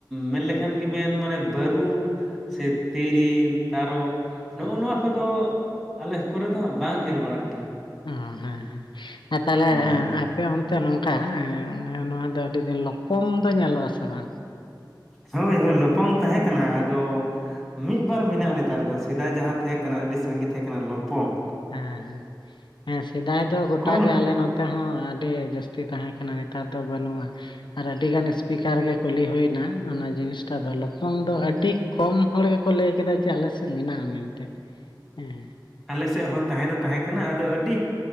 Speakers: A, in the centre; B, on the left.
A: ᱢᱮᱱ ᱞᱮᱠᱷᱟᱱ ᱜᱮ ᱢᱮᱱ ᱢᱟᱱᱮ ᱵᱟᱹᱨᱩ ᱥᱮ ᱛᱤᱨᱤᱞ, ᱛᱟᱨᱚᱵ ᱱᱚᱜᱼᱚ
B: ᱦᱮᱸ
A: ᱱᱚᱣᱟ ᱠᱚᱫᱚ ᱟᱞᱮ ᱠᱚᱨᱮ ᱫᱚ ᱦᱟᱸᱜ ᱵᱟᱝ ᱧᱮᱞ ᱵᱟᱲᱟᱜ ᱜᱮᱭᱟ ᱾
B: ᱚ ᱦᱮᱸᱦᱮᱸ ᱛᱟᱦᱚᱞᱮ
A: ᱠᱚᱫᱚ
B: ᱟᱯᱮᱭᱟ ᱚᱱᱛᱮ ᱱᱚᱝᱠᱟ ᱱᱚᱣᱟ ᱫᱚ ᱟᱹᱰᱤ ᱫᱤᱱ ᱞᱚᱯᱚᱝ ᱫᱚ ᱧᱮᱞᱚᱜᱼᱟ ᱥᱮ ᱵᱟᱝ?
A: ᱦᱳᱭ ᱦᱳᱭ, ᱞᱚᱯᱚᱝ ᱛᱟᱦᱮᱸ ᱠᱟᱱᱟ ᱾ ᱟᱫᱚ ᱢᱤᱫᱵᱟᱨ ᱢᱮᱱᱟᱜᱼᱟ ᱱᱮᱛᱟᱨ ᱫᱚ ᱥᱮᱫᱟᱭ ᱡᱟᱦᱟᱸ ᱛᱟᱦᱮᱸ ᱠᱟᱱᱟ ᱟᱹᱰᱤ ᱥᱟᱸᱜᱮ ᱛᱟᱦᱮᱸ ᱠᱟᱱᱟ ᱞᱚᱯᱚᱝ ᱾
B: ᱦᱮᱸ ᱦᱮᱸ ᱦᱮᱸ ᱾ ᱥᱮᱫᱟᱭ ᱫᱚ ᱜᱚᱴᱟ
A: ᱠᱚᱢ
B: ᱜᱮ ᱟᱞᱮ ᱱᱚᱛᱮ ᱱᱚᱛᱮ ᱦᱚᱸ ᱟᱹᱰᱤ ᱡᱟᱹᱥᱛᱤ ᱛᱟᱦᱮᱸ ᱠᱟᱱᱟ ᱱᱮᱛᱟᱨ ᱫᱚ ᱵᱟᱹᱱᱩᱜᱼᱟ ᱾ ᱟᱨ ᱟᱹᱰᱤ ᱜᱟᱱ ᱤᱥᱯᱤᱠᱟᱨ ᱜᱮ ᱠᱩᱞᱤ ᱦᱩᱭᱱᱟ ᱚᱱᱟ ᱡᱤᱱᱤᱥᱴᱟ ᱫᱚ ᱞᱚᱯᱚᱝ ᱫᱚ ᱟᱹᱰᱤ ᱠᱚᱢ ᱦᱚᱲ ᱜᱮᱠᱚ ᱞᱟᱹᱭ ᱠᱮᱫᱟ ᱡᱮ ᱟᱞᱮ ᱥᱮᱫ ᱢᱮᱱᱟᱜᱼᱟ ᱢᱮᱱᱛᱮ ᱦᱮᱸ ᱾
A: ᱟᱞᱮ ᱥᱮᱫ ᱦᱚᱸ ᱛᱟᱦᱮᱸ ᱫᱚ ᱛᱟᱦᱮᱸ ᱠᱟᱱᱟ ᱟᱫᱚ ᱟᱹᱰᱤ